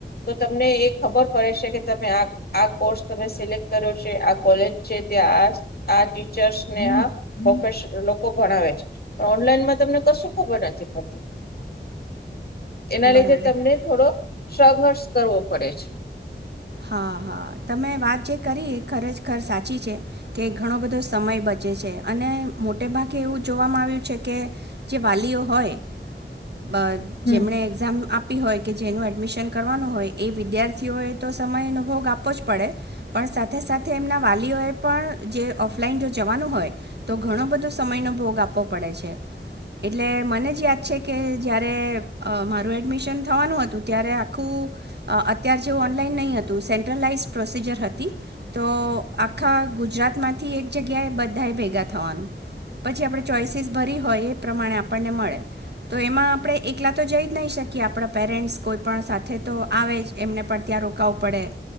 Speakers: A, on the left (about 55°); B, on the right (about 65°).
A: તો તમને એ ખબર પડે છે કે તમે આ કોર્સ તમે સિલેક્ટ કર્યો છે આ કોલેજ છે ત્યાં આ આ ટીચર્સને આ પ્રોફેસર ને આ લોકો ભણાવે છે પણ ઓનલાઈનમાં તમને કશું ખબર નથી પડતી. એના
B: બરાબર
A: લીધે તમને થોડોક સંઘર્ષ કરવો પડે છે.
B: હા હા તમે વાત જે કરી ખરેજ ખર સાચી છે કે ઘણો બધો સમય બચે છે અને મોટે ભાગે એવું જોવામાં આવ્યું છે કે જે વાલીઓ હોય બ
A: હમ
B: જેમને એક્ઝામ આપ પી હોય કે જેનું એડમિશન કરવાનું હોય એ વિદ્યાર્થીઓએ સમયનો ભોગ આપવો જ પડે પણ સાથે સાથે એમના વાલીઓએ પણ જે ઓફલાઈન જો જવાનું હોય તો ઘણો બધો સમયનો ભોગ આપવો પડે છે એટલે મને જ યાદ છે કે જયારે મારું એડમિશન થવાનું હતું ત્યારે આખું અ અત્યાર જેવું ઓનલાઈન નહીં હતું સેન્ટ્રલાઈઝ પ્રોસીજર હતી તો આખા ગુજરાતમાંથી એક જગ્યાએ બધાએ ભેગા થવાનું પછી આપણે ચોઈસીસ ભરી હોય એ પ્રમાણે આપણને મળે તો એમાં આપણે એકલા તો જઈ જ નહીં શકીએ આપણા પેરેન્ટ્સ કોઈ પણ સાથે તો આવે જ એમને પણ ત્યાં રોકાવું પડે